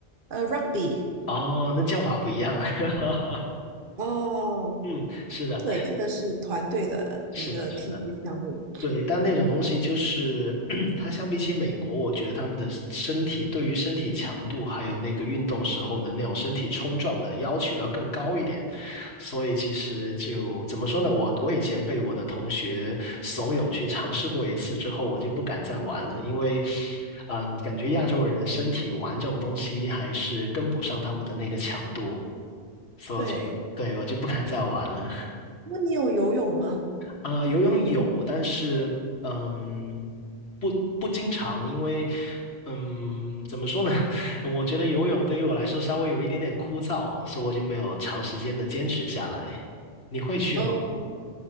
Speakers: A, on the right (about 55°); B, on the left (about 75°).
A: 呃，rugby，
B: 哦，那叫法不一样啊。<laughs>
A: 哦，
B: 嗯，是的，
A: 对，这个是团队的一个体育项目。
B: 是的，是的，对。但那种东西就是，<clears throat> 它相比起美国，我觉得他们的身体对于身体强度还有那个运动时候的那种身体冲撞的要求要更高一点。所以其实就怎么说呢？我我以前被我的同学怂恿去尝试过一次之后，我就不敢再玩了，因为。嗯，感觉亚洲人的身体玩这种东西还是跟不上他们的那个强度。所有前辈，
A: 对，
B: 对，我就不敢再玩了。
A: 那你有游泳吗？
B: 呃，游泳有，但是嗯，不不经常，因为嗯，怎么说呢？<laughs> 我觉得游泳对于我来说稍微有一点点枯燥，所以我就没有长时间的坚持下来。你会去吗？
A: 嗯，